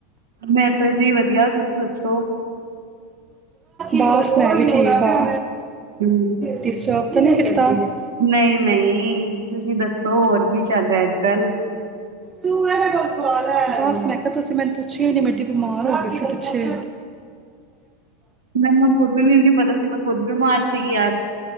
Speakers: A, on the right; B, on the right.
A: ਮੈਂ ਤਾਂ ਜੀ ਵਧੀਆ। ਤੁਸੀਂ ਦੱਸੋ?
B: ਬਸ ਮੈਂ ਵੀ ਠੀਕ ਹਾਂ।
A: ਹੂੰ
B: ਡਿਸਟਰਬਨ <unintelligible> <unintelligible>
A: ਨਹੀਂ, ਨਹੀਂ ਤੁਸੀਂ ਦੱਸੋ? ਹੋਰ ਕੀ ਚੱਲ ਰਿਹਾ, ਅੱਜ ਕੱਲ?
B: ਤੂੰ ਇਦੇ ਕੋਲ ਸਵਾ ਲੈ, ਬਸ ਮੈਂ ਕਿਹਾ ਤੁਸੀਂ ਮੈਨੂੰ ਪੁੱਛਿਆ ਨੀ, ਮੈਂ ਇਡੀ ਬਿਮਾਰ ਹੋ ਗਈ ਸੀ ਪਿੱਛੇ
A: ਮੈਨੂੰ ਖੁੱਦ ਨੂੰ ਨੀ ਪਤਾ ਸੀ ਮੈਂ ਖੁਦ ਬਿਮਾਰ ਸੀਗੀ ਯਾਰ